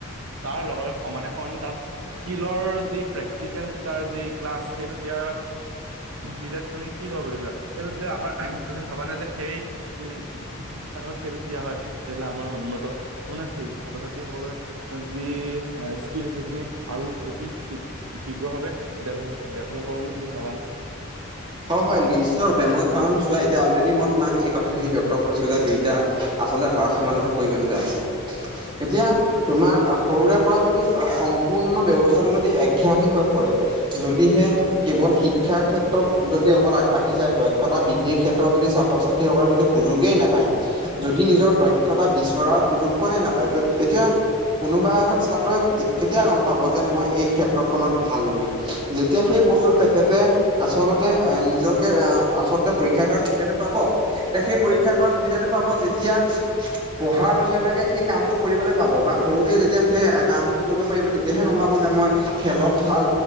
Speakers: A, on the right; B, on the right.
A: তাৰ লগত সমানে সমানে তাত স্কিলৰ যি প্ৰেক্টিকেল তাৰ যি ক্লাছ, সেইটো দিয়াৰ অ দিলে তুমি কি হ'ব বুলিবা? সেইটো দিলে আমাৰ তুমি ভাবানে যে'সেই যদি শিক্ষা সেইটোত দিয়া হয়, তেতিয়াহ'লে আমাৰ উন্নত- মানে ছাত্ৰ- ছাত্ৰীসকলৰ যি স্কিল সেইখিনি আৰু অতি তীব্ৰ ভাৱে ডেভলপ হব বুলি তুমি ভবানে?
B: হয়, হয়। নিশ্চ ৰূপে মই কাৰণ চোৱা এতিয়া অলৰেডি মই তোমাক এই কথাখিনি ব্যক্ত কৰিছো যে দুইটা- আচলতে ভাৰষস্ষমতাটো প্ৰয়োজনীয়ত আছে। এতিয়া তোমাৰ সৰুৰে পৰা যদি সম্পূৰ্ণ ব্যৱস্থাটো যদি এক শিক্ষানি হৈ পৰে। যদিহে কেৱল শিক্ষাৰ ক্ষেত্ৰত যদি অকল আগবাঢ়ি যায়। দক্ষতা বৃদ্ধিৰ ক্ষেত্ৰত যদি ছাত্ৰ-ছাত্ৰী ই সকলে যদি সুযোগেই নাপায়, যদি নিজৰ দক্ষতা বিচৰাৰ সুযোগকনে নাপায়, এতিয়া কোনোবা এজন ছাত্ৰই কেতিয়া গম পাব যে'মই এই ক্ষেত্ৰখনত ভাল বুলি! যেতিয়া
A: হয়
B: সেই
A: হয়
B: বস্তুটো তেখেতে আচলত এ নিজকে আহ আচলতে পৰীক্ষা কৰাৰ সুবিধাটো পাব, সেই
A: হয়
B: পৰীক্ষা কৰা সুবিধাটো পাব যেতিয়া' পঢ়াৰ লগে-লগে সেই কামটো কৰিবলৈ পাব বা- সৰুতে যেতিয়া সেই কামটো কৰিব পাৰিব তেতিয়াহে গম পাব যে' মই খেলত ভাল,